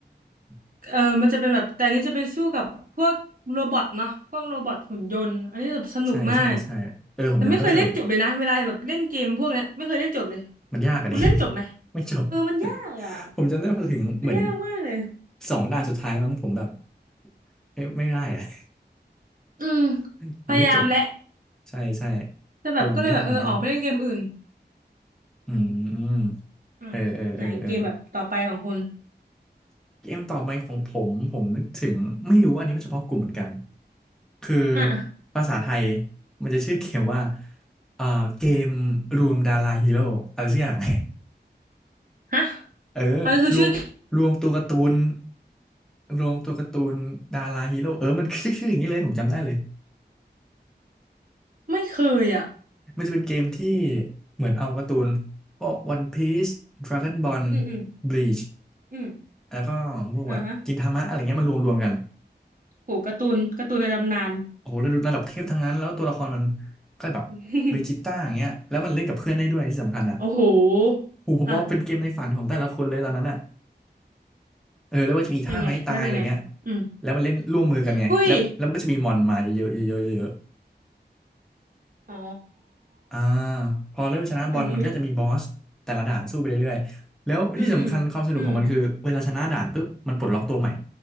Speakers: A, in the centre; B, on the right.
A: ม
B: เออมันจะเป็นแบบแต่อันนี้จะเป็นสู้กับพวกโรบอทเนาะพวกโรบอทหุ่นยนต์อันนี้แบบสนุกมาก
A: ใช่ใช่ใช่เออผมจำได้ว่าสนุก
B: แต่ไม่เคยเล่นจบเลยนะเวลาแบบเล่นเกมพวกเนี้ยไม่เคยเล่นจบเลย
A: มันยากอะดิ
B: คุณเล่นจบไหม
A: <laughs> ไม่จบ
B: เออมันยากอ่ะ
A: <laughs> ผมจำได้พอถึงเหมือน
B: มันยากมากเลย
A: สองด่านสุดท้ายมั้งผมแบบเอ้ยไม่ได้อะ
B: อืม
A: <laughs> มันไม่จบ
B: พยายามแหละ
A: ใช่ใช่
B: แต่แบบก็เลยแบบเออออกไปเล่นเกมอื่น
A: เออมันยากมันยากอืมอืม
B: อืมไหนเกมแบบต่อไปของคุณ
A: เออเออเออเออ เกมต่อไปของผมผมนึกถึงไม่รู้อันนี้มันเฉพาะกลุ่มเหมือนกันคือ
B: อ่ะอ่ะ
A: ภาษาไทยมันจะชื่อเกมว่าเอ่อเกมรวมดาราฮีโร่อะไรสักอย่าง <laughs>
B: ฮะ
A: เออ
B: อันนี้คือชื่อ
A: รวมรวมตัวการ์ตูนรวมตัวการ์ตูนดาราฮีโร่เออมันชื่อชื่ออย่างนี้เลยผมจำได้เลย
B: ไม่เคยอ่ะ
A: มันจะเป็นเกมที่เหมือนเอาการ์ตูนพวก One Piece Dragon Ball
B: อืมอืม
A: Bleach
B: อืม
A: แล้วก็พวกแบบกินทามะอะไรเงี้ยมารวมรวมกัน
B: อ่ะฮะโหการ์ตูนการ์ตูนในตำนาน
A: โอ้โหระดับระดับเทพทั้งนั้นแล้วตัวละครมันก็แบบเวจิต้าอย่างเงี้ยแล้วมันเล่นกับเพื่อนได้ด้วยที่สำคัญอ่ะ
B: <laughs> โอ้โห
A: โอ้โหผมว่าเป็นเกมในฝันของแต่ละคนเลยตอนนั้นอ่ะ
B: อ่ะ
A: เออแล้วว่าจะมีท่าไม้ตายอะไรเงี้ย
B: เป็นไง แล้วเป็นไง อืม
A: แล้วมันเล่นร่วมมือกันไงแล้วแล้วมันก็จะมีมอนมาเยอะๆเยอะๆเยอะ
B: เฮ้ยอ๋อ
A: ๆอ่าพอเริ่มชนะบอลมันก็จะมีบอสแต่ละด่านสู้ไปเรื่อยๆแล้วที่สำคัญความสนุกของมันคือเวลาชนะด่านปุ๊บมันปลดล็อกตัวใหม่
B: อันนี้อืมอืมอืม